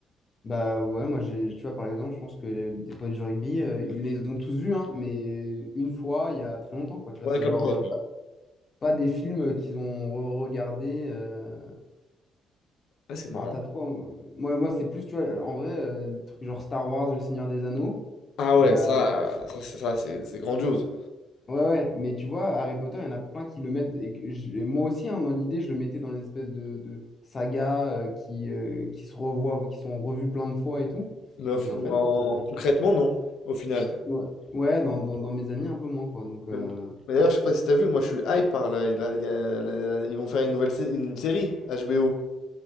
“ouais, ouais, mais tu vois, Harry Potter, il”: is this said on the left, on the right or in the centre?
Left